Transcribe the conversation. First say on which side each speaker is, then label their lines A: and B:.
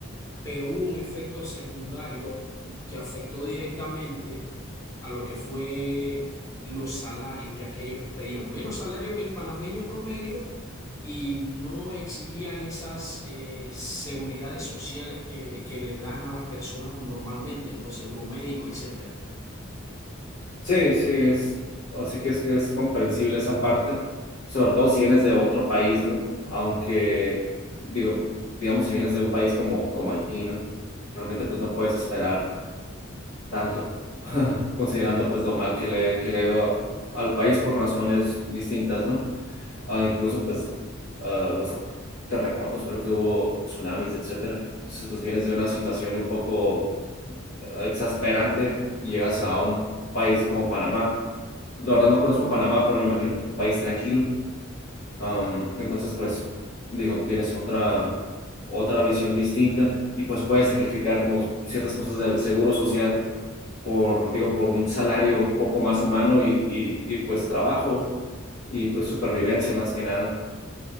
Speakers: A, on the left; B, on the left.
A: pero hubo un efecto secundario que afectó directamente a lo que fue los salarios, ya que ellos pedían menos salario que el panameño promedio y no exigían esas eh, seguridades sociales que, que les dan a las personas normalmente, ¿no? Seguro médico, etcétera.
B: Sí, sí, es, ahora sí que es, que es comprensible esa parte, sobre todo si vienes de otro país, ¿no? Aunque, digo, digamos, si vienes de un país como, como Haití, ¿no? Realmente pues no puedes esperar tanto, <laughs> considerando pues lo mal que le, que le ha ido al país por razones distintas, ¿no? Ah, incluso pues ah, los terremotos, creo que hubo tsunamis, etcétera. Entonces pues vienes de una situación un poco eh, exasperante y llegas a un país como Panamá. La verdad no conozco Panamá, pero me imagino que es un país tranquilo. Am, entonces pues digo, tienes otra, otra visión distinta y pues puedes sacrificar como ciertas cosas del seguro social por, digo, por un salario un poco más humano y, y, y, pues trabajo y pues supervivencia más que nada.